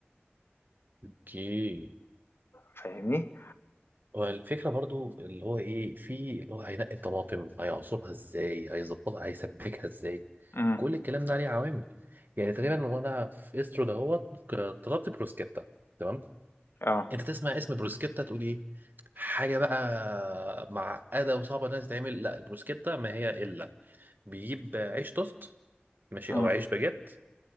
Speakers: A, on the right; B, on the left.
A: اوكي
B: فاهمني؟
A: والفكرة برضو اللي هو ايه في اللي هو هينقي الطماطم هيعصرها ازاي هيظبطها هيسبكها ازاي
B: إمم،
A: كل الكلام ده عليه عوامل يعني تقريبا وانا في استرو دهوت ك- طلبت بروسكيتا تمام
B: آه،
A: انت تسمع اسم بروسكيتا تقول ايه حاجه بقى معقده وصعبه انها تتعمل لا البروسكيتا ما هي الا بيجيب عيش توست ماشي
B: إمم،
A: او عيش باجيت